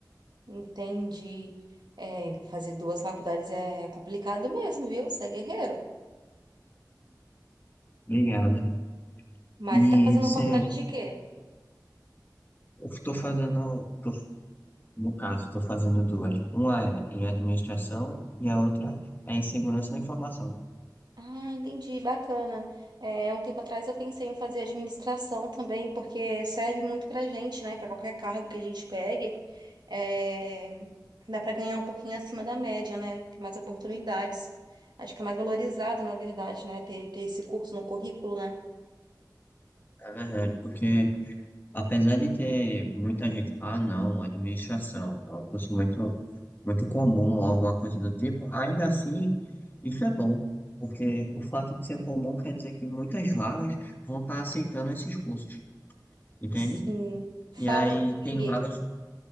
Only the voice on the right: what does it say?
entendi. É, fazer duas faculdades é complicado mesmo, viu? Você é guerreiro.
Mas
tá fazendo
faculdade de quê?
Ah, entendi, bacana. É, um tempo atrás eu pensei em fazer administração também, porque serve muito pra gente, né? Pra qualquer cargo que a gente pegue. É, dá pra ganhar um pouquinho acima da média, né? Tem mais oportunidades. Acho que é mais valorizado, na verdade, né? Ter, ter esse curso no currículo, né?
Sim, falam
que.